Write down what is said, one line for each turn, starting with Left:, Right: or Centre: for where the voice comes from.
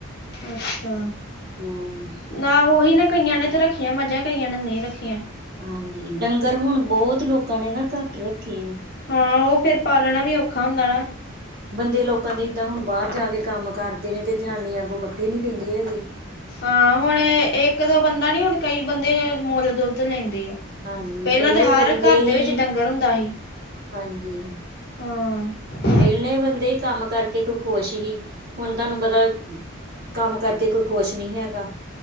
Left: ਅੱਛਾ,
Right: ਹੂੰ
Left: ਨਾ ਉਹੀ ਨਾ ਕਈਆਂ ਨੇ ਤੇ ਰੱਖ ਕਈਆਂ ਮੱਝਾਂ, ਕਈਆਂ ਨੇ ਨਹੀਂ ਰੱਖੀਆਂ।
Right: ਹਾਂਜੀ, ਡੰਗਰ ਹੁਣ ਬਹੁਤ ਲੋਕਾਂ ਨੇ, ਨਾ ਘੱਟ ਰੱਖੇ ਨੇ।
Left: ਹਾਂ, ਉਹ ਫੇਰ ਪਾਲਣਾ ਵੀ, ਔਖਾ ਹੁੰਦਾ ਨਾ।
Right: ਬੰਦੇ, ਲੋਕਾਂ ਦੇ ਏਦਾਂ ਹੁਣ, ਬਾਹਰ ਜਾ ਕੇ ਕੰਮ ਕਰਦੇ ਨੇ, ਤੇ ਜਨਾਨੀ ਅੱਗੋਂ ਪੱਠੇ ਨੀ, ਪੈਂਂਦੀ ਹੈਗੀ।
Left: ਹਾਂ ਹੁਣ ਇੱਕ ਦੋ ਬੰਦਾ ਨੀ, ਹੁਣ ਕਈ ਬੰਦੇ ਮੁੱਲ ਦੁੱਧ ਲੈਂਦੇ ਆ।
Right: ਹਾਂਜੀ
Left: ਪਹਿਲਾਂ
Right: ਪਹਿਲੇ
Left: ਤੇ, ਹਰ
Right: ਬੰਦੇ
Left: ਘਰ
Right: ਹੀ
Left: ਦੇ ਵਿੱਚ ਡੰਗਰ ਹੁੰਦਾ ਸੀ।
Right: ਹਾਂਜੀ
Left: ਹਾਂ।
Right: ਪਹਿਲੇ ਬੰਦੇ, ਕੰਮ ਕਰਕੇ ਕੋਈ ਖੁਸ਼ ਸੀ, ਹੁਣ ਤੁਹਾਨੂੰ ਪਤਾ ਕੰਮ ਕਰਕੇ, ਕੋਈ ਖੁਸ਼ ਨਹੀਂ ਹੈਗਾ।